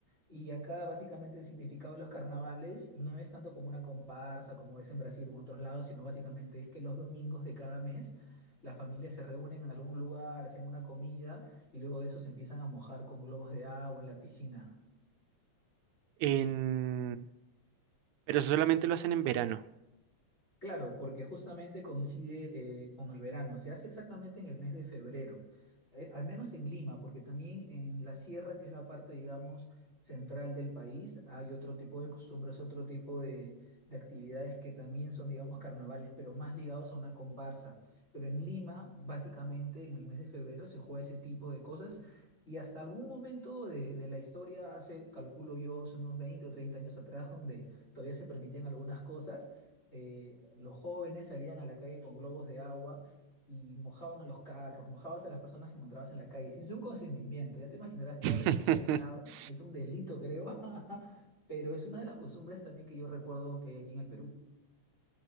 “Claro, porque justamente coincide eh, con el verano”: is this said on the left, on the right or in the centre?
Left